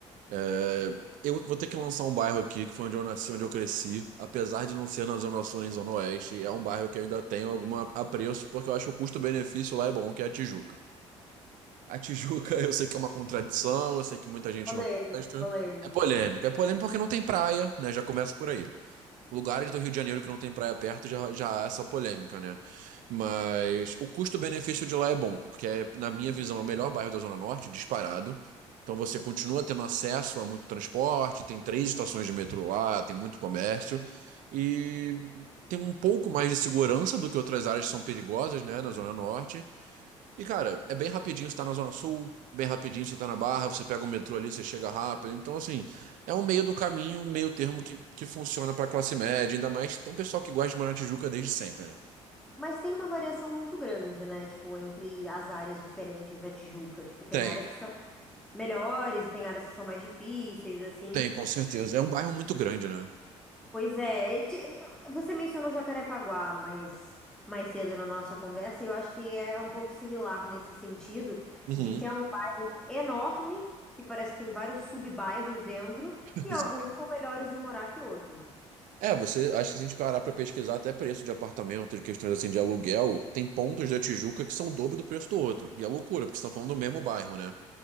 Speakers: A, on the right; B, in the centre.
A: É, eu vou ter que lançar um bairro aqui, que foi onde eu nasci, onde eu cresci. Apesar de não ser na Zona Sul nem Zona Oeste, é um bairro que eu ainda tenho algum apreço, porque eu acho que o custo-benefício lá é bom, que é a Tijuca. A Tijuca, <laughs> eu sei que é uma contradição, eu sei que muita gente
B: Polêmico,
A: não gosta.
B: polêmico.
A: É polêmico. É polêmico porque não tem praia, né? Já começa por aí. Lugares do Rio de Janeiro que não tem praia perto já, já há essa polêmica, né? Mas o custo-benefício de lá é bom, porque, é, na minha visão, é o melhor bairro da Zona Norte, disparado. Então você continua tendo acesso a muito transporte, tem três estações de metrô lá, tem muito comércio. E tem um pouco mais de segurança do que outras áreas que são perigosas, né, na Zona Norte. E, cara, é bem rapidinho, você tá na Zona Sul, bem rapidinho, você tá na Barra, você pega o metrô ali, você chega rápido. Então, assim, é um meio do caminho, um meio termo que, que funciona pra classe média, ainda mais tem um pessoal que gosta de morar na Tijuca desde sempre, né?
B: Mas tem uma variação muito grande, né? Tipo, entre as áreas diferentes da Tijuca. Tipo, tem
A: Tem,
B: áreas que são melhores e tem áreas que são mais difíceis, assim.
A: tem, com certeza. É um bairro muito grande, né?
B: Pois é, e ti- você mencionou Jacarepaguá mais, mais cedo na nossa conversa, e eu acho que é um pouco similar nesse sentido,
A: Uhum,
B: de que é um bairro enorme, que parece que tem vários sub-bairros dentro,
A: <laughs>
B: e
A: exato.
B: alguns são melhores de morar que outros.
A: É, você, acho que se a gente parar pra pesquisar até preço de apartamento, de questões assim de aluguel, tem pontos da Tijuca que são o dobro do preço do outro. E é loucura, porque estão falando do mesmo bairro, né?